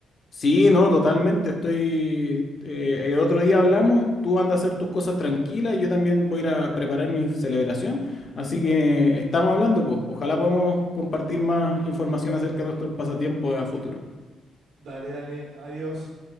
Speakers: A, on the left (about 45°); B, on the right (about 80°).
A: Sí, no, totalmente. Estoy. eh, el otro día hablamos, tú andas a hacer tus cosas tranquilas, yo también voy a ir a preparar mi celebración. Así que estamos hablando, pues. Ojalá podamos compartir más información acerca de nuestros pasatiempos a futuro.
B: Dale, dale, adiós.